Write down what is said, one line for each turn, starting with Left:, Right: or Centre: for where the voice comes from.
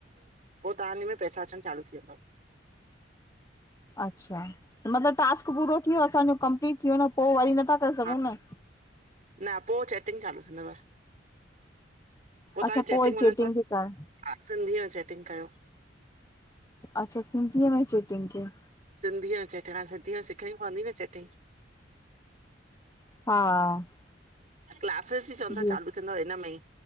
Right: पो तव्हांजे में पैसा अचण चालू थी वेंदव।
Left: अच्छा मतलब टास्क पूरो थी वियो असांजो कंप्लीट थियो न पो वरी नथा करे सघूं
Right: हा
Left: न।
Right: न पो चैटिंग चालू थींदव। पो तव्हांखे
Left: अच्छा
Right: चैटिंग
Left: पोइ
Right: मिलंदव
Left: चेटिंग खे कर
Right: सिंधीअ में चैटिंग कयो।
Left: अच्छा सिंधी में चैट्टिगं क
Right: सिंधीअ जो चटण हा सिंधीअ सिखणी पवी न चटी।
Left: हा
Right: क्लासिस बि चवंन था
Left: ॿियो
Right: चालू थींदव हिन में ई